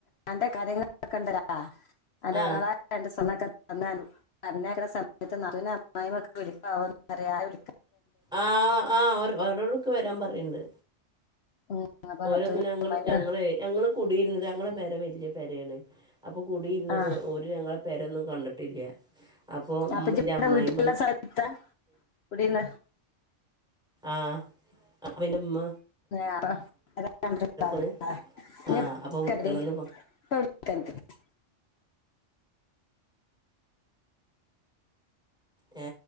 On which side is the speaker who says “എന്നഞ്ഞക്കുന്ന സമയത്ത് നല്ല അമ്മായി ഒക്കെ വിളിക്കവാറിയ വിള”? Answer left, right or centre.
Left